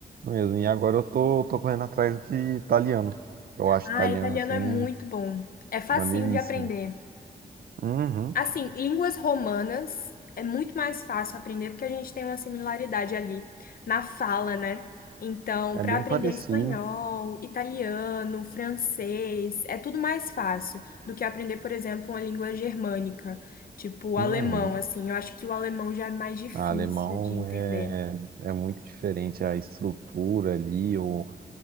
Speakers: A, on the right (about 65°); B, on the left (about 60°).
A: mesmo. E agora eu tô, tô correndo atrás de italiano. Eu acho
B: Ah,
A: italiano
B: italiano
A: assim
B: é muito bom. É facinho
A: maneiríssimo.
B: de aprender.
A: Uhum,
B: Assim, línguas romanas é muito mais fácil aprender porque a gente tem uma similaridade ali na fala, né? Então,
A: é
B: para
A: bem
B: aprender
A: parecido.
B: espanhol, italiano, francês, é tudo mais fácil do que aprender, por exemplo, uma língua germânica, tipo o
A: Uhum.
B: alemão, assim. Eu acho que o alemão já é mais difícil
A: A alemão
B: de entender.
A: é, é muito diferente, a estrutura ali, ou